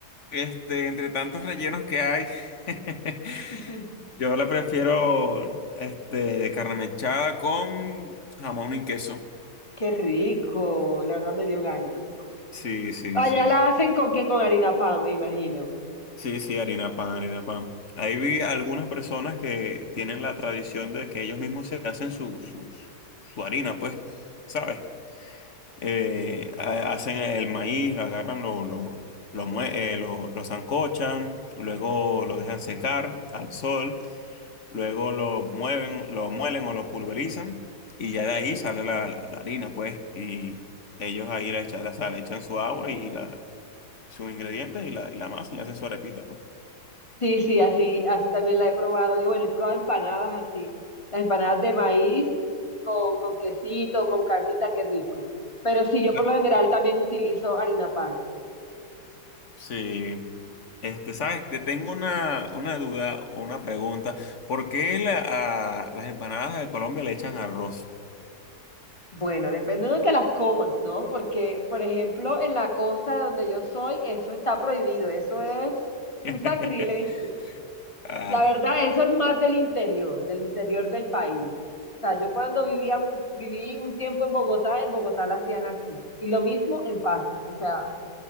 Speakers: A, on the left; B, on the left.
A: este, entre tantos rellenos que hay, <laughs>
B: <laughs>
A: yo la prefiero este, de carne mechada con jamón y queso.
B: Qué rico, la verdad me dio ganas.
A: Sí, sí,
B: Allá
A: sí.
B: la hacen con qué, con harina pan, me imagino.
A: Sí, sí, harina pan, harina pan. Ahí vi algunas personas que tienen la tradición de que ellos mismos se hacen su, sus- su harina, pues, ¿sabes? Eh, ha- hacen el maíz, lo agarran, lo, lo, lo, mue- eh, lo, lo sancochan, luego lo dejan secar al sol, luego lo mueven, lo muelen o lo pulverizan y ya de ahí sale la, la- la harina, pues, y ellos ahí le echan, la, le echan su agua y la... sus ingredientes y la, y la masa y hacen su arepita, pues.
B: Sí, sí, así, así también la he probado. Yo, bueno, he probado empanadas así, las empanadas de maíz con, con quesito, con carnita, qué rico. Pero sí, yo
A: No,
B: por lo general también utilizo harina pan.
A: Sí, este, sabes, te tengo una, una duda o una pregunta. ¿Por qué la- a las empanadas de Colombia le echan arroz?
B: Bueno, depende de donde las comas, ¿no? Porque, por ejemplo, en la costa de donde yo soy, eso está prohibido, eso es un
A: <laughs>
B: sacrilegio.
A: Ah,
B: La verdad, eso es más del interior, del interior del país. O sea, yo cuando vivía, mu- viví un tiempo en Bogotá, en Bogotá la hacían así. Y lo mismo en Pasto. O sea,